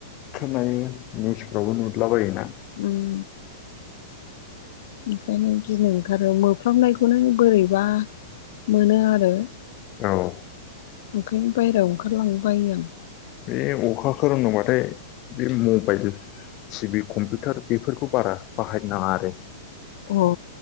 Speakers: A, on the left; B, on the left.
A: खोनायो निउसफ्रावबो नुदला बायोना।
B: उम ओंखायनो गिनो ओंखारो मोफ्लाबनायखौनो बोरैबा मोनो आरो।
A: औ
B: ओंखायनो बाहेरायाव ओंखारलांनो बायो आं।
A: बे अखा खोरोमदोंबाथाय बे मबाइल टिभि कम्पिउटार बेफोरखौ बारा बाहायनो नाङा आरो
B: अ